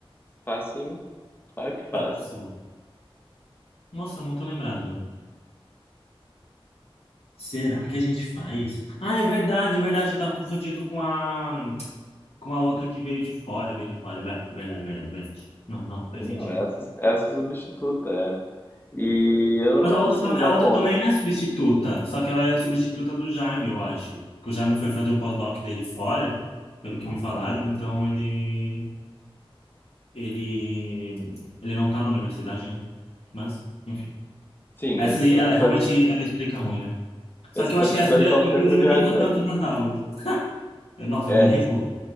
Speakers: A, on the left (about 20°); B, on the left (about 85°).
A: Faz sim, claro que faz.
B: Faço. Nossa, eu não tô lembrado. Será que a gente faz? Ah, é verdade, é verdade. Eu tava confundindo com a com a outra que veio de fora, veio de fora. É ver- Verdade, verdade, verdade. Não, não, faz
A: Não,
B: sentido.
A: essa, essa substituta, é. E eu não
B: Mas
A: tô
B: a
A: conseguindo
B: outra, tam- a
A: dar
B: outra
A: conta.
B: também é substituta, só que ela é substituta do Jaime, eu acho. Que o Jaime foi fazer o pós-doc dele fora, pelo que me falaram, então ele ele ele não tá na universidade, né? Mas, enfim.
A: Sim,
B: Essa
A: esses
B: daí,
A: professores,
B: ela realmente ela explica ruim, né? Só
A: esses
B: que
A: professores
B: eu acho que essa daí,
A: estão
B: inclusive,
A: sempre viajando.
B: eu nem vou tanto nas aulas. <laughs> Eu, nossa,
A: É,
B: eu me
A: eles
B: recuso.